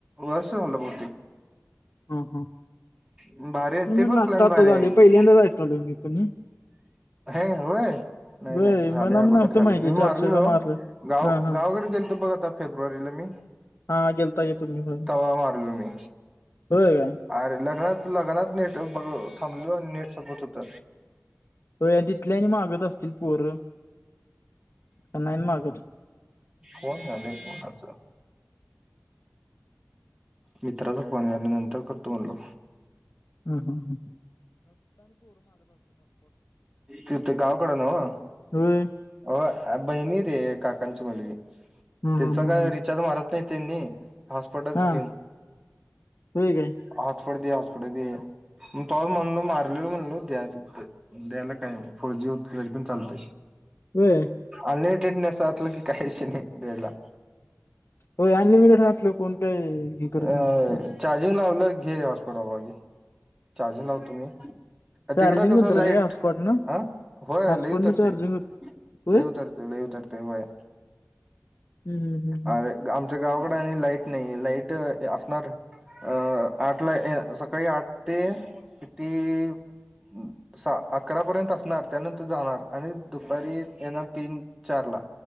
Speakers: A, on the right (about 15°); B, on the left (about 55°).
A: वर्ष झालं बहुतेक
B: ह ह
A: भारी आहे
B: मी
A: ते
B: म्हटलं
A: पण प्लॅन
B: आता आता
A: भारी
B: झालय,
A: आहे
B: पहिल्यांदाच
A: की
B: ऐकालोय मी पण हे
A: हे होय, नाही
B: होय
A: नाही झालय
B: मला
A: अगोदर
B: नव्हतं
A: झालय
B: माहिती
A: मी
B: चारशेचा
A: मारलेलो
B: मारलं
A: गाव,
B: हा हा
A: गावाकडे गेलतो बघा आता फेब्रुवारीला मी
B: हा गेलता की तुम्ही होय,
A: तवा मारलो मी
B: होय काय
A: अरे लग्नात लग्नात नेट बघ थांबलो नेट संपत होत
B: व्हय आणि तिथले आणि मागत असतील पोर, नाही मागत.
A: फोन यायलाय कोणाचा मित्राचा फोन आहे मी नंतर करतो म्हणलो
B: हम्म हं
A: तिथ गावाकड नवं
B: होय
A: होय बहिणी रे काकांची मुलगी
B: हा
A: त्यांचा
B: हा हा
A: काय
B: हा
A: रिचार्ज मारायचा नाही त्यांनी हॉसस्पॉटच
B: हा
A: घेऊन
B: होय काय
A: हॉटस्पॉट दे हॉटस्पॉट दे मग तो म्हणलो मारलेल म्हणलो द्यायचं द्यायला काही नाही फोर जी होतं तरी पण चालतंय
B: होय
A: अनलिमिटेड असलं की काहीच विषय नाही द्यायला.
B: होय अनलिमिटेड असलं कि कोण काही हे करत
A: अ
B: नव्हतं.
A: चार्जिंग लावलं घे हॉटस्पॉट बाबा घे चार्जिंग लावतो मी
B: चार्जिंग
A: तिकडं कसं
B: उतरते
A: लाईट
B: का हॉटस्पॉट न
A: हा होय
B: हॉटस्पॉटनं
A: लय उतर
B: चार्जिंग
A: ती.
B: होत होय?
A: लय उतरती लय उतरती होय
B: हम्म हम्म हम्म हम्म
A: अरे आमच्या गावाकडे आणि लाईट नाही लाईट असणार अं आठला सकाळी आठ ते किती सा अकरापर्यंत असणार त्यानंतर जाणार आणि दुपारी येणार तीन चारला